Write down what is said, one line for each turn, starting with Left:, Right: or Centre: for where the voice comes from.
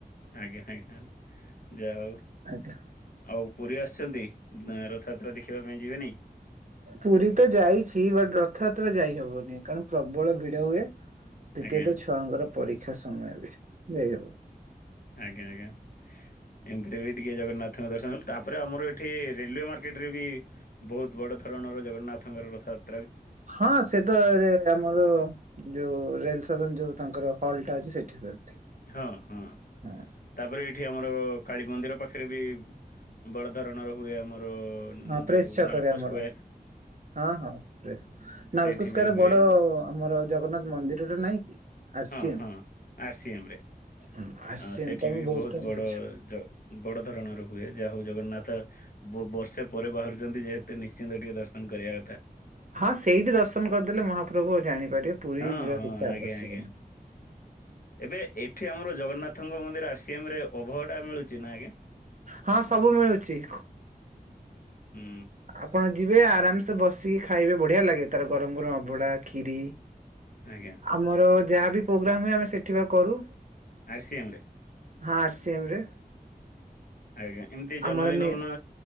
Left: ଆଜ୍ଞା ଆଜ୍ଞା ଯା ହଉ।
Right: ଆଜ୍ଞା!
Left: ଆଉ ପୁରୀ ଆସିଛନ୍ତି ରଥଯାତ୍ରା ଦେଖିବା ପାଇଁ ଯିବେନି?
Right: ପୁରୀ ତ ଯାଇଛି ବଟ୍ ରଥଯାତ୍ରା ଯାଇ ହବନି କାରଣ ପ୍ରବଳ ଭିଡ ହୁଏ। ଦ୍ଵିତୀୟତଃ
Left: ଆଜ୍ଞା
Right: ଛୁଆଙ୍କର ପରୀକ୍ଷା ସମୟ ଏବେ ଯାଇହବନି।
Left: ଆଜ୍ଞା! ଆଜ୍ଞା! ଏମିତିରେ ବି ଟିକେ ଜଗନ୍ନାଥଙ୍କ ଦର୍ଶନ କଲୁ ତାପରେ ଆମର ଏଠି ରେଲୱେ ମାର୍କେଟ୍ ରେ ବି ବହୁତ ବଡ ଧରଣର ଜଗନ୍ନାଥଙ୍କର ରଥାଯାତ୍ରା
Right: ହଁ ସେ ତ ଆମର ଯୋଉ ରେଲ୍ସଦନ୍ ଯୋଉ ତାଙ୍କର ହଲ୍ ଟା ଅଛି ସେଠି ହୁଅନ୍ତି।
Left: ହଁ, ହଁ
Right: ହଁ
Left: ତାପରେ ଏଇଠି ଆମର କାଳୀମନ୍ଦିର ପାଖରେ ବି ବଡ଼ ଧରଣର ହୁଏ ଆମର
Right: ହଁ
Left: ଯୋଉ
Right: ପ୍ରେସ୍ ଛକରେ
Left: ନାଲକୋ
Right: ଆମର
Left: ସ୍କୋୟାର
Right: ହଁ, ହଁ ପ୍ରେସ୍ ନାଲ୍ଛକୋ
Left: ସେଇଠି
Right: ସ୍କୋୟାର୍
Left: ବି
Right: ରେ
Left: ହୁଏ
Right: ବଡ ଆମର ଜଗନ୍ନାଥ ମନ୍ଦିର ଟା ନାଇଁ କି ଆର୍ସିଏମ୍
Left: ହଁ ଆର୍ସିଏମେ
Right: ଆ
Left: ହଁ
Right: ସେମିତି
Left: ସେଠି
Right: ଆମେ
Left: ବି ବହୁତ
Right: ଥର
Left: ବଡ଼
Right: ଯାଇଛୁ।
Left: ଜ ବଡ ଧରଣର ହୁଏ ଯାହା ହଉ ଜଗନ୍ନାଥ ବର୍ଷେ ପରେ ବାହାରୁଛନ୍ତି ଯେହେତୁ ନିଶ୍ଚିନ୍ତ ଟିକେ ଦର୍ଶନ କରିବା କଥା।
Right: ହଁ, ସେଇଠି ଦର୍ଶନ କରିଦେଲେ ମହାପ୍ରଭୁ ଆଉ ଜାଣିପାରିବେ ପୁରୀ
Left: ହଁ
Right: ଯିବା
Left: ହଁ
Right: କିଛି ଆବଶ୍ୟକ
Left: ଆଜ୍ଞା ଆଜ୍ଞା।
Right: ନାହିଁ।
Left: ଏବେ ଏଠି ଆମର ଜଗନ୍ନାଥଙ୍କ ମନ୍ଦିର ଆରସିିଏମ ରେ ଅଭଡା ମିଳୁଛି ନା ଆଜ୍ଞା?
Right: ହଁ ସବୁ ମିଳୁଛି।
Left: ହୁଁ।
Right: ଆପଣ ଯିବେ ଆରାମ୍ ସେ ବସିକି ଖାଇବେ ବଢିଆ ଲାଗେ ତାର ଗରମ୍ ଗରମ୍ ଅଭଡା ଖିୀରି
Left: ଆଜ୍ଞା!
Right: ଆମର ଯାହା ବିି ପ୍ରୋଗ୍ରାମ୍ ହୁଏ ଆମେ ସେଠି ବା କରୁ।
Left: ଆର୍ସିଏମ୍ ରେ।
Right: ହଁ, ଆର୍ସିଏମ୍ ରେ।
Left: ଆଜ୍ଞା ଏମିତି ଜନ୍ମଦିନ
Right: ଆମର ନି
Left: ମନ